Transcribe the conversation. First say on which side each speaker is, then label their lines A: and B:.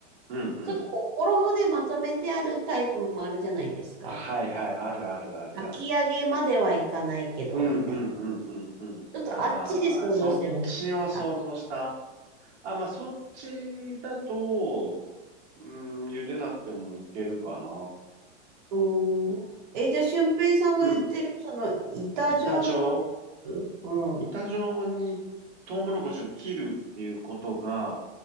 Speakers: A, on the right (about 65°); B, on the right (about 40°).
A: うん、うん。
B: ちょっとこう衣でまとめてあるタイプもあるじゃないですか。
A: はいはい、あるあるあるある。
B: 炊き上げまではいかないけど、
A: うん、
B: みたいな。
A: うん、うん、うん、うん。
B: ちょっとあっちで想像してました。
A: ああ、そっちを想像した。あ、まあ、そっちだと、うん、茹でなくてもいけるかな。
B: うーん。え、じゃあ、俊平さんが言ってる、
A: うん。
B: その、板状のや
A: 板状
B: つうん。
A: 板状にトウモロコシを切るっていうことが、